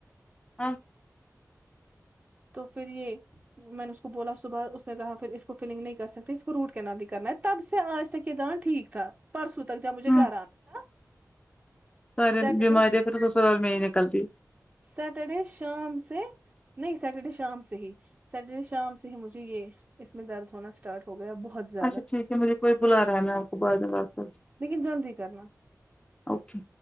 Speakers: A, on the left; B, on the right.
A: ہاں
B: تو پھر یہ میں نے اس کو بولا صبح اس نے کہا پھر اس کو فلنگ نہیں کر سکتے اس کو روٹ کینالی کرنا ہے تب سے آج کہ تھا ہ ٹھیک تھا پرسوں تک جا مجھے
A: ہوں
B: گھر آنا تھا
A: سارے
B: سیٹرڈے
A: بیماری ہے پھر سسرال میں نکلتی
B: سیٹرڈے شام سے نہیں سیٹرڈے شام سے ہی سیٹرڈے شام سے ہی مجھے یہ اس میں درد ہونا اسٹاٹ ہو گیا بہت زیادہ
A: اچھا ٹھیک ہے مجھے کوئی بلا رہا ہے میں آپ کو بعد میں بات کرتی
B: لیکن جلدی کرنا
A: ہو اوکے